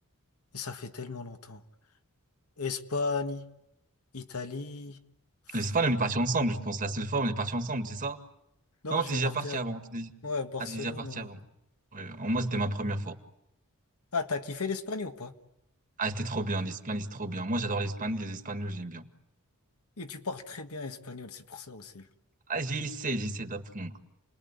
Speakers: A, on the left (about 80°); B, on the right (about 35°).
A: et ça fait tellement longtemps. Espagne, Italie. Pff,
B: L'Espagne, on est parti ensemble, je pense. La seule fois, on est parti ensemble, c'est ça?
A: Non,
B: Non,
A: je
B: t'es
A: suis
B: déjà
A: parti
B: parti
A: à
B: avant. T'es déjà-
A: ouais, à Barcelone.
B: Ah, t'es déjà parti
A: ouais.
B: avant. Ouais, en moi, c'était ma première fois.
A: Ah, t'as kiffé l'Espagne ou pas?
B: Ah, c'était trop bien. L'Espagne, c'est trop bien. Moi, j'adore l'Espagne. Les Espagnols, j'aime bien.
A: Et tu parles très bien espagnol, c'est pour ça aussi.
B: Ah, j'ai essayé, j'ai essayé d'apprendre.